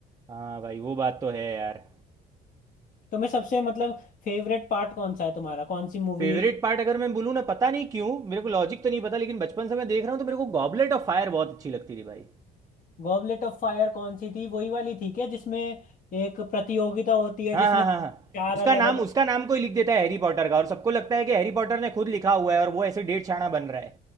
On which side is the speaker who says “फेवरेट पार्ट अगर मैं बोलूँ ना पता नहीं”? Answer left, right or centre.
Right